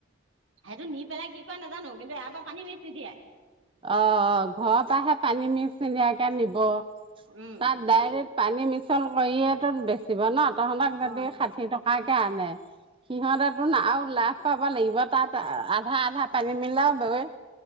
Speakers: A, on the right; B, on the right.
A: সেইটো নি পেলাই কি কৰে নাজানো কিন্তু ইয়াৰ পৰা পানি মিছ কৰি দিয়ে।
B: অ ঘৰৰ পৰাহে পানী মিক্স নিনিয়াকে নিব।
A: উম
B: তাত ডাইৰেক্ট পানী মিছন কৰিয়টো বেচিব ন। তহতক যদি
A: অ
B: ষাঠি টকাকে আনে, সিহঁতেতো আৰু লাভ পাব লাগিব, তাত আধা আধা পানী মিলাব‌ই।